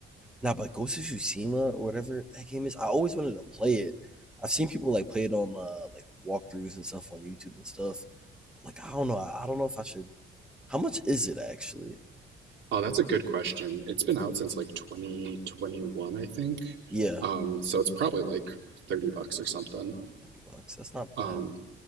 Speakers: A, in the centre; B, on the right (about 70°).
A: nah, but Ghost of Tsushima or whatever that game is, I always wanted to play it. I've seen people like play it on uh like walkthroughs and stuff on YouTube and stuff. But, like I don't know. I, I don't know if I should. How much is it actually?
B: Oh, that's a good question. It's been out since like 2021, I think.
A: Yeah,
B: Um, so it's probably like 30 bucks or something.
A: Thirty bucks. That's not
B: Um,
A: bad.